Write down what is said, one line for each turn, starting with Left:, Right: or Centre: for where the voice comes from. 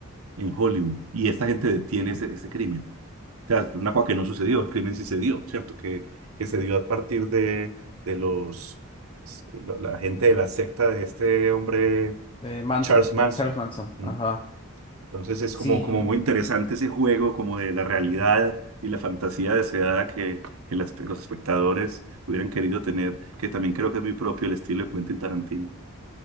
Right: en Hollywood y esta gente detiene ese ese crimen sea, una cosa que no sucedió, el crimen sí se dio, ¿cierto? Que, que se dio a partir de, de los, la, la gente de la secta de este hombre,
Left: de Manson,
Right: Charles Manson.
Left: Charles Manson,
Right: Mm.
Left: ajá.
Right: Entonces es
Left: Sí,
Right: como, como muy interesante ese juego, como de la realidad y la fantasía deseada que, que las- los espectadores hubieran querido tener, que también creo que es muy propio el estilo de Quentin Tarantino.